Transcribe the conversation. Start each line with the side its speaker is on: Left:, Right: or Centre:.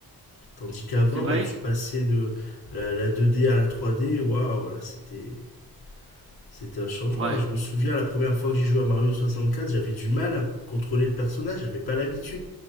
Left: Tandis qu'avant,
Right: C'est vrai?
Left: bah, tu passais de la, la 2D à la 3D, waouh, voilà, c'était, c'était un changement.
Right: Ouais.
Left: Je me souviens, la première fois que j'ai joué à Mario soixante quatre j'avais du mal à contrôler le personnage, j'avais pas l'habitude.